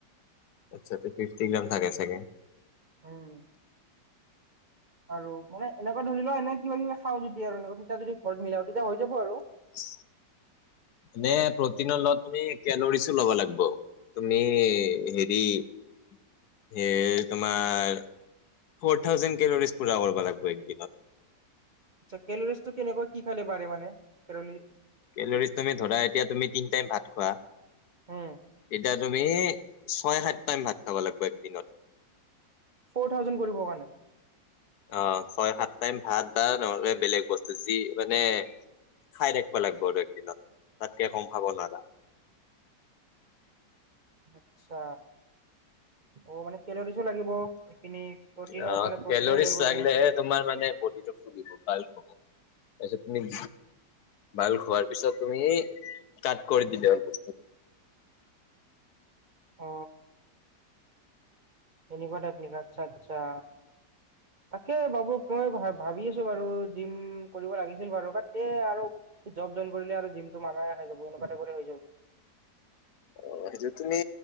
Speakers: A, on the left; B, on the right.
A: আচ্ছা তে ফিফটি গ্ৰাম থাকে চাগে
B: উমেই আৰু মানে এনেকুৱা ধৰি লোৱা এনে কিবা কিবা চাওঁ যদি আৰু এনেকুৱা তেতিয়া যদি ঘৰত মিলাও তেতিয়া হৈ যাব আৰু
A: উম নে প্ৰটিনৰ লগত তুমি কেলৰিচো ল'ব লাগিব তুমি হে মেগি স তোমাৰ ফোৰ থাউজেণ্ড কেলৰিজ পুৰা কৰিব লাগিব একদিনত
B: আচা কেলৰলিচ তটো কেনেকৈ কি খালে বাৰে মান কেৰলি
A: কেলৰিজ তুমি ধৰা এতিয়া তুমি তিনি টাইম ভাত খোৱা
B: হম
A: এতিয়া তুমি ছয় সাত টাইম ভাত খাব লাগিব একদিনত
B: ফ'ৰ থাউজেণ্ড কৰিবৰ কাৰণে
A: অ ছয় সাত টাইম ভাত বা নহবলে বেলেগ বস্তু যি মানে খাই ৰাখিবা লাগিব আৰু একদিনত তাতকে কম খাব নোৱাৰা
B: আত্ছা অ মানে কেলৰিচো লাগিব এইেইপিনি প্ৰটিন
A: অ
B: মানে
A: কেলৰিজ
B: প্ৰটিনো হেৰি কৰিব
A: লাগিলেহে
B: লাগিব
A: তোমাৰ মানে ব ফুলিব বাল্ক হব তাৰপিছত তুমি ভাল খোৱাৰ পিছত তুমি কাট কৰি দিলেল বস্তুটো
B: অ তেনেকুৱাটা ভিক আ চ আচ্ছা তাকে বাবু মই ভ ভাবি আছো বাৰু জিম কৰিব লাগিছিল বাৰু বাট তে আৰু জব জইন কৰিলে আৰু জিম টো মাৰাইখা যাব এনেকুৱাতে কৰি হৈ যাব
A: অ সেইটো তুমি